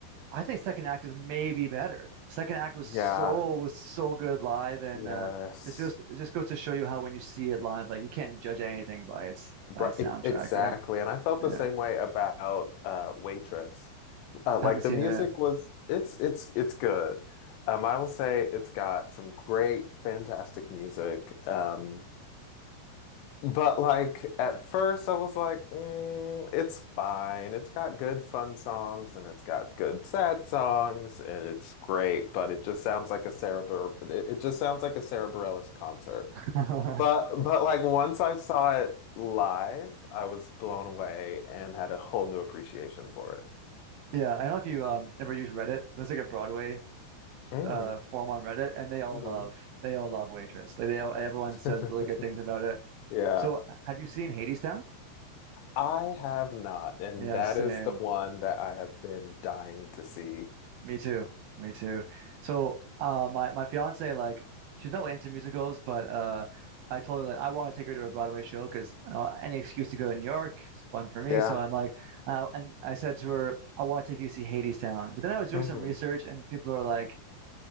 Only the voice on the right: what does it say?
I think second act is maybe better. Second act was
so was so good live, and
uh, it's just it just goes to show you how when you see it live, like you can't judge anything by its by
its
soundtrack,
right?
Yeah,
haven't
seen
it.
<laughs>
Yeah, I don't know if you um, ever use Reddit, but it's like a Broadway
uh forum on Reddit, and they all
love they all love Waitress. Like they all, everyone
says really good things about it.
So have you seen Hadestown?
Yeah,
same.
Me too. Me too. So uh my my fiance like she's not really into musicals, but uh I told her that I want to take her to a Broadway show because you know any excuse to go to New York is fun for me.
So I'm like, uh, and I said to her, I want to take you to see Hadestown. But then I was doing
some research, and people are like,